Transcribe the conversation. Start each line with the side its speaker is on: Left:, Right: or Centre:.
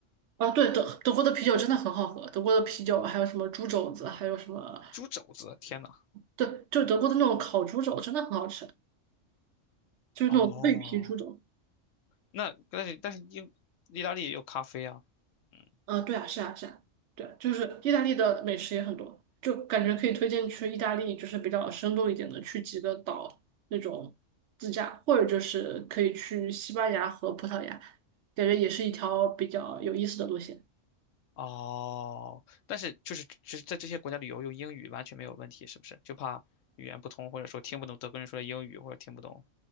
Right: 啊，对，德德国的啤酒真的很好喝，德国的啤酒还有什么猪肘子，还有什么
Left: 猪肘子，天呐，
Right: 对，就德国的那种烤猪肘真的很好吃，就是那种脆皮猪肘。
Left: 哦那但是但是英意大利也有咖啡啊，嗯，
Right: 嗯、对啊，是啊，是啊，对，就是意大利的美食也很多，就感觉可以推荐去意大利，就是比较深度一点的，去几个岛那种自驾，或者就是可以去西班牙和葡萄牙，感觉也是一条比较有意思的路线。
Left: 哦，但是就是就是在这些国家旅游用英语完全没有问题，是不是？就怕语言不通，或者说听不懂德国人说的英语，或者听不懂